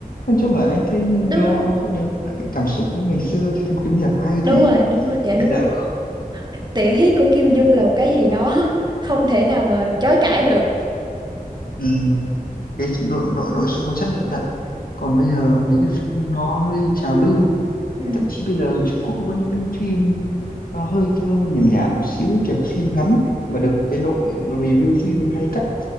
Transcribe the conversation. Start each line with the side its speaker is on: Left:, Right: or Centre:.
Left: nói chung là anh thấy nó
Right: đúng rồi
Left: nó không đem lại cái cảm xúc giống ngày xưa xem kiếm hiệp hay
Right: đúng
Left: thế
Right: rồi đúng rồi dạ đúng
Left: bây giờ
Right: rồi tiểu thuyết của Kim Dung là một cái gì đó <laughs> không thể nào mà chối cãi được
Left: ừ, cái nội nội nội dung có chất lượng thật còn bây giờ mấy cái phim nó hơi trào lưu
Right: Ừ.
Left: Và thậm chí bây giờ Trung Quốc có những cái phim nó hơi hơi nhảm nhảm một xíu kiểu phim ngắn ấy, mà được cái đội review phim hay cắt